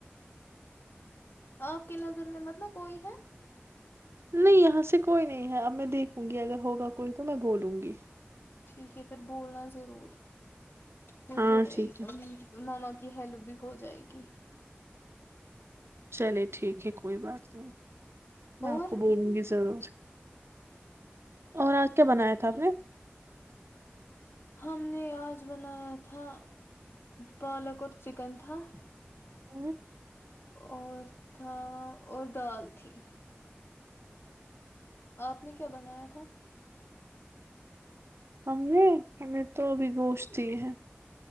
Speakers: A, on the left; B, on the right.
A: آپ کے نظر میں مطلب کوئی ہے
B: نہیں یہاں سے کوئی نہیں ہے اب میں دیکھوں گی اگر ہوگا کوئی تو میں بولوں گی
A: ٹھیک ہے پھر بولنا ضرور کیونکہ
B: ہاں ٹھیک ہے
A: ماما کی ہیلپ بھی ہو جائے گی
B: چلے ٹھیک ہے کوئی بات نہیں میں
A: اور
B: آپ کو بولوں گی ضرور اور آج کیا بنایا تھا ہم نے
A: ہم نے آج بنایا تھا پالک اور چکن تھا
B: ہ
A: اور تھا اور دال تھی آپ نے کیا بنایا تھا
B: ہم ہمیں تو گوشتی ہے